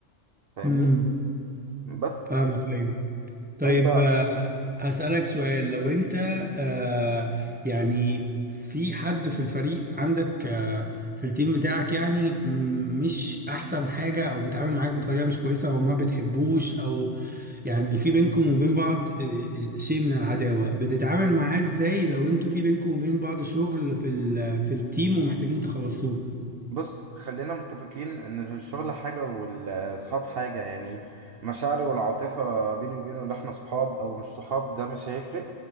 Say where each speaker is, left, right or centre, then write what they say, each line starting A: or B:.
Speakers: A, on the right (about 60°); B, on the right (about 15°).
A: فاهمني
B: امم
A: بس
B: فاهمك ايوه طيب
A: انت
B: هسألك سؤال لو انت آه يعني في حد في الفريق عندك آه في التيم بتاعك يعني م- مش احسن حاجة او بيتعامل معاك بطريقة مش كويسة او ما بتحبوش او يعني في بينكم وبين بعض آه، شيء من العداوة بتتعامل معاه ازاي لو انتوا في بينكم وبين بعض شغل في ال- في التيم ومحتاجين تخلصوه
A: بص خلينا متفقين ان الشغل حاجة والصحاب حاجة يعني مشاعري والعاطفة بيني وبينه اللي احنا صحاب او مش صحاب ده مش هيفرق